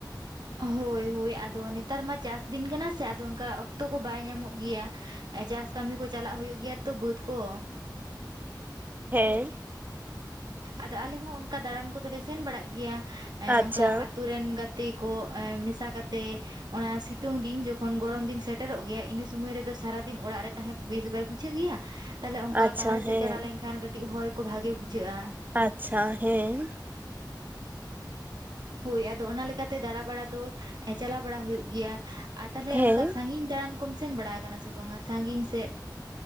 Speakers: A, on the right; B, on the right.
A: ᱦᱳᱭ ᱦᱳᱭ ᱟᱫᱚ ᱱᱤᱛ ᱛᱟᱨ ᱢᱟ ᱪᱟᱥ ᱫᱤᱱ ᱠᱟᱱᱟ ᱥᱮ ᱟᱫᱚ ᱚᱱᱠᱟ ᱚᱠᱛᱚ ᱠᱚ ᱵᱟᱭ ᱧᱟᱢᱚᱜ ᱜᱮᱭᱟ, ᱪᱟᱥ ᱠᱟᱹᱢᱤ ᱠᱚ ᱪᱟᱞᱟᱜ ᱦᱩᱭᱩᱜ ᱜᱮᱭᱟ ᱛᱚ ᱵᱟᱹᱫ ᱠᱚ᱾
B: ᱦᱮᱸ᱾
A: ᱟᱫᱚ ᱟᱞᱮ ᱦᱚᱸ ᱚᱱᱠᱟ ᱫᱟᱬᱟᱱ ᱠᱚᱫᱚᱞᱮ ᱥᱮᱱ ᱵᱟᱲᱟᱜ ᱜᱮᱭᱟ, ᱮᱸ
B: ᱟᱪᱪᱷᱟ
A: ᱚᱝᱠᱟ ᱟᱛᱳ ᱨᱮᱱ ᱜᱟᱛᱮ ᱠᱚ ᱮᱸ ᱢᱮᱥᱟ ᱠᱟᱛᱮ, ᱚᱱᱟ ᱥᱤᱛᱩᱝ ᱫᱤᱱ ᱡᱚ ᱠᱷᱚᱱ ᱜᱚᱨᱚᱢ ᱫᱤᱱ ᱥᱮᱴᱮᱨᱚᱜ ᱜᱮᱭᱟ, ᱤᱱᱟᱹ ᱥᱚᱢᱚᱭ ᱨᱮᱫᱚ ᱥᱟᱨᱟᱫᱤᱱ ᱚᱲᱟᱜ ᱨᱮ ᱛᱟᱦᱮᱸ ᱵᱮᱥ ᱵᱟᱭ ᱵᱩᱡᱷᱟᱹᱜ ᱜᱮᱭᱟ, ᱛᱟᱦᱚᱞᱮ ᱚᱝᱠᱟ
B: ᱟᱪᱪᱷᱟ
A: ᱵᱟᱦᱨᱮ ᱥᱮᱫ
B: ᱦᱮᱸ
A: ᱪᱟᱞᱟᱣ ᱞᱮᱱᱠᱷᱟᱱ ᱠᱟᱹᱴᱤᱡ ᱦᱚᱭ ᱠᱚ ᱵᱷᱟᱜᱮ ᱵᱩᱡᱷᱟᱹᱜᱼᱟ᱾
B: ᱟᱪᱪᱷᱟ ᱦᱮᱸ᱾
A: ᱦᱳᱭ ᱟᱫᱚ ᱚᱱᱟ ᱞᱮ ᱞᱮᱠᱟᱛᱮ ᱫᱟᱬᱟ ᱵᱟᱲᱟ ᱫᱚ ᱮᱸ ᱪᱟᱞᱟ ᱵᱟᱲᱟ ᱦᱩᱭᱩᱜ ᱜᱮᱭᱟ, ᱟᱨ ᱛᱟᱦᱚᱞᱮ
B: ᱦᱮᱸ
A: ᱚᱝᱠᱟ ᱥᱟᱺᱜᱤᱧ ᱫᱟᱬᱟᱱ ᱠᱚᱢ ᱥᱮᱱ ᱵᱟᱲᱟ ᱟᱠᱟᱱᱟ ᱥᱮ ᱵᱟᱝᱟ ᱥᱟᱺᱜᱤᱧ ᱥᱮᱫ?